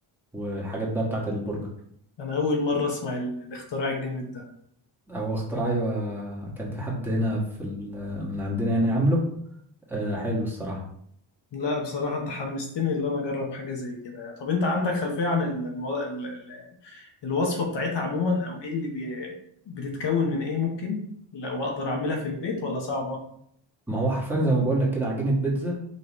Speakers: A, in the centre; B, on the left.
A: والحاجات بقى بتاعت البرجر
B: انا اول مره اسمع ال- الاختراع الجامد ده
A: هو اختراع ايوه كان في حد هنا في ال- من عندنا يعني عامله آه حلو الصراحه
B: لا بصراحه انت حمستني ان انا اجرب حاجه زي كده يعني طب انت عندك خلفيه عن ال... المو... ال... ال... الوصفه بتاعتها عموما او ايه اللي بي... بتتكون من ايه ممكن لو اقدر اعملها في البيت ولا صعبه
A: ما هو حرفيا زي ما بقول لك كده عجينه بيتزا